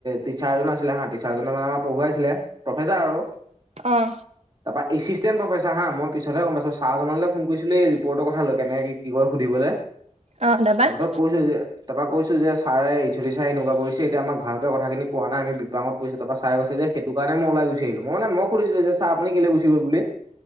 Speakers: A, on the right; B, on the right.
A: টিচাৰজন আছিলে হা, টিচাৰজন মানে আমাক পঢ়োৱাইছিলে, প্ৰফেচাৰ আৰু।
B: অঁ।
A: তাৰ পৰা এচিষ্টেণ্ট প্ৰফেচাৰ হা, মই পিছতহে গম পাইছো, চাৰ জনলৈ ফোন কৰিছিলোঁ এই ৰিপৰ্টৰ কথা লৈ কেনে, কি কয় সুধিবলৈ।
B: অ', তাৰ
A: তাৰপিছত
B: পৰা।
A: কৈছো যে, তাৰপৰা কৈছো যে ছাৰে এইচ্ ও ডি চাৰে এনেকুৱা কৰিছে, এতিয়া আমাক ভালকে কথাখিনি কোৱা নাই, আমি বিপাঙত ছাৰে কৈছে যে, সেইটো কাৰণে মই ওলাই গুচি আহিলো, মই মানে, মই সুধিছিলো যে ছাৰ আপুনি কেলৈ গুচি গ'ল বুলি।